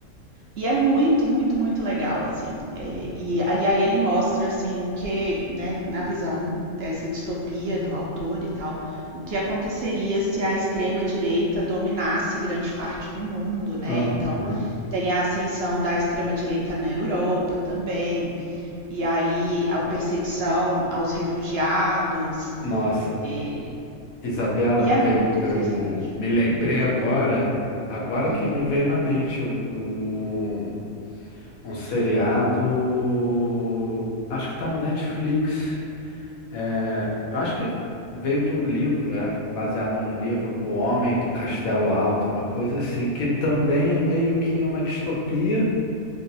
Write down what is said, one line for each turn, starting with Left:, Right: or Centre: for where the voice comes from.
Right: E é muito, muito, muito legal, assim. É, e, aí aí ele mostra, assim, o que, né, na visão dessa distopia do autor e tal, o que aconteceria se a extrema-direita dominasse grande parte do mundo, né?
Left: Aham.
Right: Então, tem a ascensão da extrema-direita na Europa também, e aí a perseguição aos refugiados,
Left: Nossa.
Right: é,
Left: Isabela,
Right: e é muito
Left: eu, eu
Right: interessante.
Left: me lembrei agora, agora
Right: Hum,
Left: que me veio na mente o, o- um seriado, acho que tá no Netflix. É, eu acho que veio de um livro, é baseado num livro, O Homem do Castelo Alto, uma coisa assim, que também é meio que uma distopia,